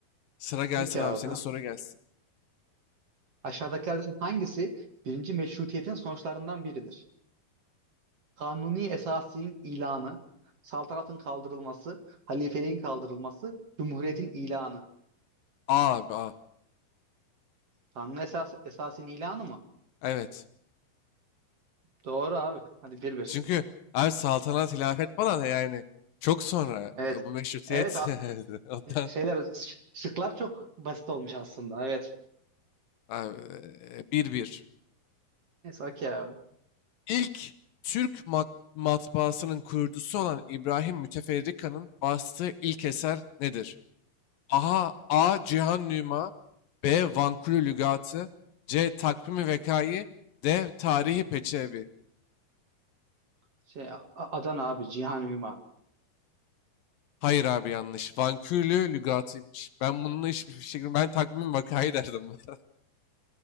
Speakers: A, on the left; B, on the right.
A: Sıra gelsin
B: Peki
A: abi
B: abi.
A: senin soru gelsin.
B: Aşağıdakilerden hangisi birinci meşrutiyetin sonuçlarından biridir? kanuni esasinin ilanı, saltanatın kaldırılması, halifeliğin kaldırılması, cumhuriyetin ilanı.
A: A abi A.
B: Kanuni esas, esasinin ilanı mı?
A: Evet.
B: Doğru abi. Hadi bir bir.
A: Çünkü abi saltanat, hilafet falan yani çok sonra
B: Evet.
A: e, bu meşrutiyet
B: Evet a-
A: <laughs> ondan
B: şeyler ş- şıklar çok basit olmuş aslında. Evet.
A: abi e, bir. 1
B: Neyse okey abi.
A: İlk Türk mat- matbaasının kurucusu olan İbrahim Müteferrika'nın bastığı ilk eser nedir? Aha, A. Cihan Nüma B. Vankulü Lügatı C. Takvimi Vekayi D. Tarihi Peçevi
B: Şey A- Adana abi Cihan Hüma.
A: Hayır abi yanlış. Vankulü Lügatıymış. Ben bununla hiçbir fikrim. Ben Takvimi Vekayi derdim. <laughs>